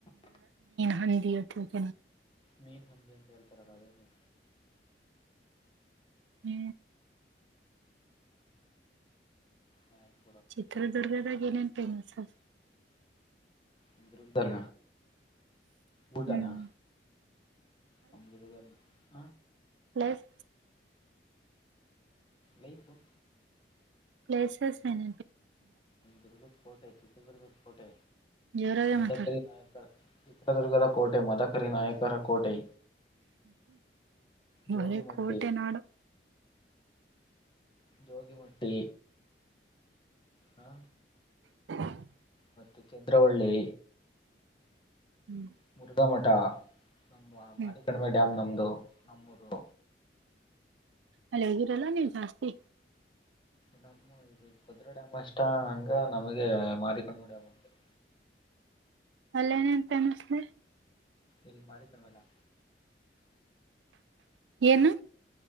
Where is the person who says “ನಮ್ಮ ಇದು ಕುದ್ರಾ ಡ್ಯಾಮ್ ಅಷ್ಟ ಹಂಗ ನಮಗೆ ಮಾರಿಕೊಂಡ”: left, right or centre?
Left